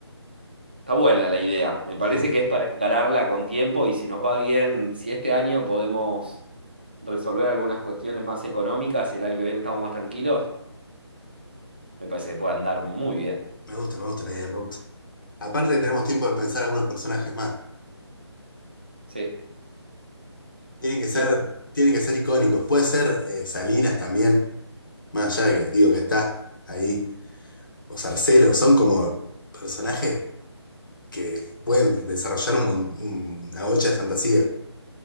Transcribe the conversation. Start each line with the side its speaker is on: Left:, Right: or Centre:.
Right: Está buena la idea, me parece
Left: Me gusta,
Right: que es para encararla con tiempo y si nos va bien, si este año podemos resolver algunas cuestiones más económicas y el año que viene estamos más tranquilos, me parece que puede andar muy bien.
Left: me gusta, me gusta la idea, me gusta. Aparte tenemos tiempo de pensar algunos personajes más.
Right: Sí.
Left: Tienen que ser,
Right: Lo-
Left: tienen que ser icónicos. Puede ser eh, Salinas también, más allá de que digo que está ahí. O Sarcelo, son como personajes que pueden desarrollar un mon- una bocha de fantasía.